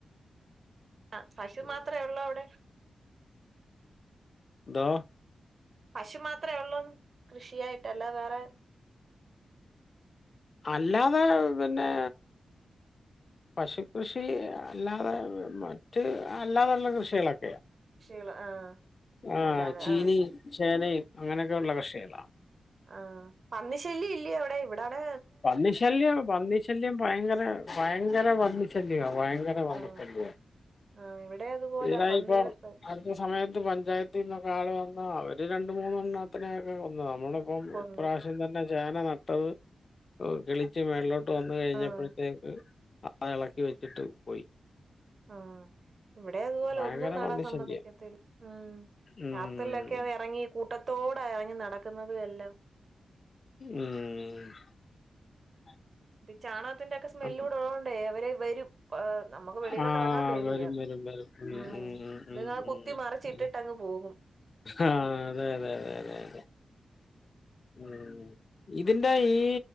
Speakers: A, on the right; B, on the left.
A: ആ പശു
B: ഉം.
A: മാത്രമേ ഉള്ളൂ അവിടെ
B: ന്തോ
A: പശു മാത്രമേ ഉള്ളൂ കൃഷിയായിട്ടല്ല വേറെ
B: അല്ലാതെ പിന്നെ പശു കൃഷി അല്ലാതെ മറ്റ് അല്ലാതെയുള്ള കൃഷികളൊക്കെയ
A: കൃഷികള് ആഹ്
B: ആ
A: അല്ലാതെ
B: ചീനി
A: ആഹ്
B: ചേനയും അങ്ങനെയൊക്കെയ ഉള്ള കഷികളാണ്
A: ആ പന്നി ശല്യം ഇല്ലേ അവിടെ ഇവിടാണ്
B: പന്നിശല്യം പന്നിശല്യം ഭയങ്കര ഭയങ്കര പന്നിശല്യമാ ഭയങ്കര പന്നിശല്യ
A: ആഹ് ആഹ് ഇവിടെ അതുപോലെ
B: ഇടാ
A: പന്നിയുടെ
B: ഇപ്പൊ
A: ശ-
B: അടുത്ത സമയത്ത് പഞ്ചായത്തി നിന്നൊക്കെ ആള് വന്ന ആ അവര് രണ്ട് മൂന്നെണ്ണത്തിനെയൊക്കെ കൊന്ന് ആ നമ്മളിപ്പം
A: കൊന്ന്
B: ഇപ്രാവശ്യം തന്നെ ചേന നട്ടത് എർ കിളിച്ച് മേളിലോട്ട് വന്നു കഴിഞ്ഞപ്പോൾത്തേക്ക്
A: ആഹ്
B: ആ അളക്കി വെച്ചിട്ട് പോയി
A: ആ ഇവിടെ അതുപോലെ
B: ഭയങ്കര
A: ഒന്നും നടാൻ
B: പന്നിശല്യ
A: സമ്മതിക്കത്തിൽ ഉം
B: ഉം
A: രാത്രിലൊക്കെ വെറങ്ങി കൂട്ടത്തോട എറങ്ങി നടക്കുന്നതു എല്ലാം
B: ഉം
A: പിൻ ചാണഅത്തിന്റെ ക്കെ സ്മെല്ലൂടെ
B: അപ്പ-
A: ഒള്ളോണ്ടേ അവര് വരും പ് ഏ നമ്മക്ക് വെളിയിലോട്ട്
B: ആ
A: അറങ്ങാൻ പേടിയാ
B: വരും വരും വരും
A: ഉം
B: ഉം
A: നിങ്ങ കുത്തി
B: ഉം ഉം
A: മറിച്ചിട്ടിട്ട്
B: ഉം
A: അങ്ങ് പോ പോക
B: ആ അതെ അതെ അതെ അതെ അതെ ഉം ഇതിന്റെ ഈ